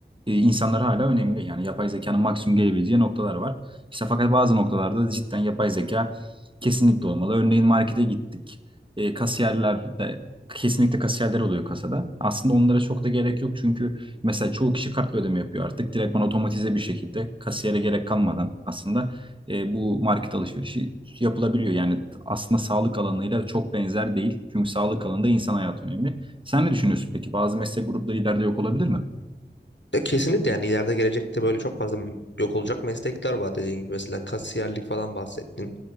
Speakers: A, on the right (about 25°); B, on the left (about 80°).
A: e, insanlar hala önemli. Yani yapay zekanın maksimum gelebileceği noktalar var. İşte fakat bazı noktalarda da cidden yapay zeka kesinlikle olmalı. Örneğin markete gittik. E, kasiyerler de kesinlikle kasiyerler oluyor kasada. Aslında onlara çok da gerek yok çünkü mesela çoğu kişi kartla ödeme yapıyor artık. Direktman otomatize bir şekilde kasiyere gerek kalmadan aslında e, bu market alışverişi yapılabiliyor. Yani aslında sağlık alanıyla çok benzer değil. Çünkü sağlık alanında insan hayatı önemli. Sen ne düşünüyorsun peki? Bazı meslek grupları ileride yok olabilir mi?
B: Ya kesinlikle yani ileride gelecekte böyle çok fazla yok olacak meslekler var dediğin gibi mesela kasiyerlik falan bahsettin.